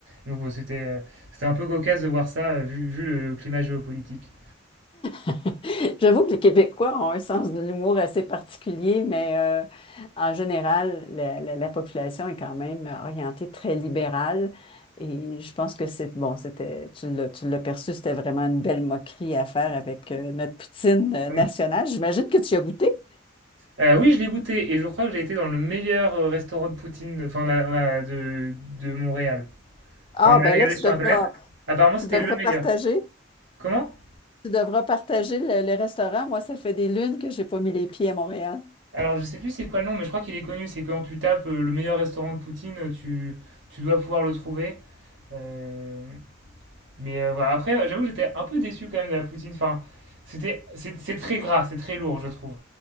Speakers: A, on the right; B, on the left.
A: donc bon, c'était, heu, c'était un peu cocasse de voir ça, heu, vu vu le climat géopolitique.
B: <laughs> J'avoue que les Québécois ont un sens de l'humour assez particulier, mais euh, en général, la, la- la population est quand même orientée très libérale. Et je pense que c'est bon, c'était, tu l'as, tu l'as perçu, c'était vraiment une belle moquerie à faire avec euh, notre poutine euh,
A: Ouais.
B: nationale. J'imagine que tu y as goûté.
A: Euh, oui, je l'ai goûté et je crois que j'ai été dans le meilleur euh, restaurant de poutine, enfin, on a- on a de, de Montréal.
B: Ah,
A: Enfin, on avait
B: ben
A: regardé
B: là, tu
A: sur
B: devras,
A: Internet. Apparemment,
B: tu
A: c'était
B: devras
A: le meilleur.
B: partager.
A: Comment?
B: Tu devras partager le, le restaurant. Moi, ça fait des lunes que j'ai pas mis les pieds à Montréal.
A: Alors, je sais plus c'est quoi le nom, mais je crois qu'il est connu. C'est quand tu tapes euh, le meilleur restaurant de poutine, euh, tu, tu dois pouvoir le trouver. Euh, mais euh, voilà. Après, j'avoue que j'étais un peu déçu quand même de la poutine. Enfin, c'était, c'est c'est très gras, c'est très lourd, je trouve.